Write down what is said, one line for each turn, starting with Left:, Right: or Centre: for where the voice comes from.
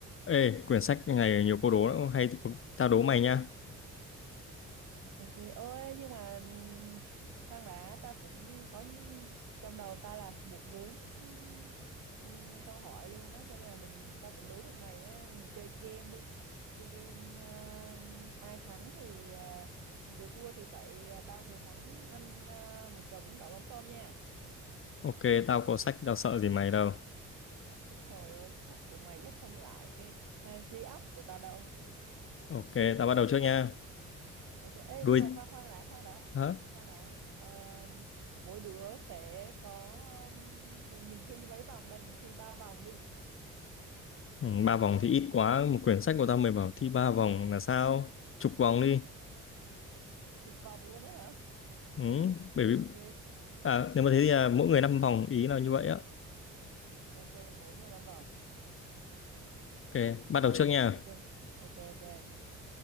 Left: Ê, quyển sách này nhiều câu đố lắm, hay tao đố mày nha.
Right: Ok, ôi nhưng mà ừ, khoan đã, ta cũng có trong đầu ta là một vốn ừm, ừm, câu hỏi luôn á, cho nên là mình tao cũng đố được mày á, mình chơi game đi. Chơi game ờ, ai thắng thì ờ, người thua thì phải ờ, bao người thắng ăn ờ, một chầu bún đậu mắm tôm nha.
Left: Ok, tao có sách, tao sợ gì mày đâu.
Right: Ôi trời ơi, cái sách của mày chắc không lại cái ờ, trí óc của tao đâu.
Left: Ok, tao bắt đầu trước nha.
Right: Ok, ê,
Left: Đuôi,
Right: nhưng mà khoan khoan đã, khoan đã,
Left: hả?
Right: khoan đã. Ờ, mỗi đứa sẽ có um, mình mình thi mấy vòng đây? Mình thi ba vòng đi,
Left: Ừ, ba vòng thì ít quá, một quyển sách của tao mày bảo thi ba vòng là sao? Chục vòng đi.
Right: chục vòng luôn á hả?
Left: Ừ, bởi
Right: Ok,
Left: vì, à, nếu mà thế thì à, mỗi người năm vòng, ý là như vậy á.
Right: ok, mỗi người năm vòng.
Left: Ok, bắt
Right: Trong
Left: đầu trước
Right: rồi,
Left: nha.
Right: ok, ok, ok.